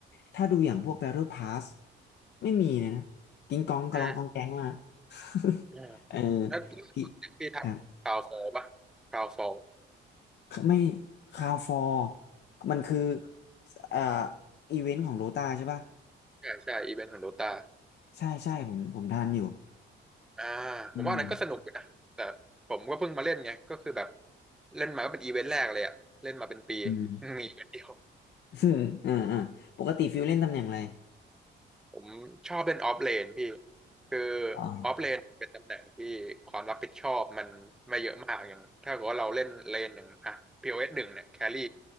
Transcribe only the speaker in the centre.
อืม
อืม
แล้วเรื่องจากปีถัดคราวโซลป่ะคราวโซล
ใช่ใช่อีเวนต์ของโดตา
อ่า
ผมว่าอันนั้นก็สนุกอยู่นะแต่ผมก็เพิ่งมาเล่นไงก็คือแบบเล่นมาก็เป็นอีเวนต์แรกเลยอะเล่นมาเป็นปี
<laughs> มีอีเวนต์เดียว
ผมชอบเล่นออฟเลนพี่คือ
ออฟเลนเป็นตำแหน่งที่ความรับผิดชอบมันไม่เยอะมากอย่างถ้าเกิดว่าเราเล่นเลนอย่างอ่ะพีโอเอสหนึ่งเนี่ยแครี่